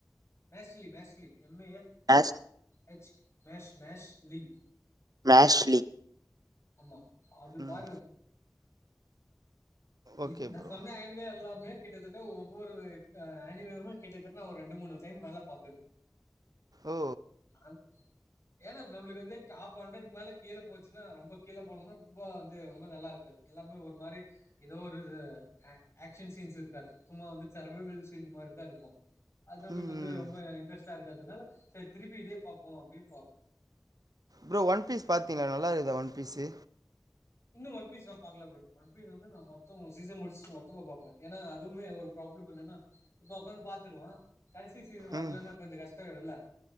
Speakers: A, on the left; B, on the right.
A: Mashle Mashle M A S
B: as
A: H mash Mashle
B: Mashle
A: ஆமா அது
B: ம்
A: பாருங்க
B: ஓகே
A: இ நா
B: ப்ரோ
A: சொன்ன அனிமே எல்லாமே கிட்டத்தட்ட ஒவ்வொரு அனிமேமே கிட்டத்தட்ட நா ஒரு ரெண்டு மூணு டைம் மேல பாத்திருப்
B: ஓ
A: அந் ஏன்னா நம்மளுக்கு வந்து டாப் ஹண்ட்ரடுக்கு மேல கீழ போச்சுன்னா ரொம்ப கீழே போனும்னா ரொம்ப வந்து ரொம்ப நல்லா இருக்காது எல்லாமே ஒரு மாரி ஏதோ ஒரு ஆ ஆக்ஷன் சீன்ஸ் இருக்காது சும்மா வந்து சர்வைவல் சீன் மாரிதா இருக்கு அது நம்மளுக்கு
B: ம்
A: வந்து
B: ம்
A: ரொம்ப இன்ட்ரெஸ்டா இருக்காதுனால சேரி திருப்பி இதே பாப்போ அப்பிடின்னு பாப்போ
B: ப்ரோ ஒன் பீஸ் பாத்தீங்களா நல்லா இருக்குதா ஒன் பீஸு
A: இன்னு ஒன் பீஸ் நா பாக்கல ப்ரோ ஒன் பீஸ் வந்து நா மொத்தோ சீசன் முடிச்சுட்டு மொத்தமா பாப்பே ஏன்னா அதுமே ஒரு ப்ராப்ளம் என்னென்னா இப்ப ஒக்காந்து பாத்துருவோ கடைசி சீசன் வரலன்னா
B: ம்
A: கொஞ்சோ கஷ்டோ ஆயிடுல,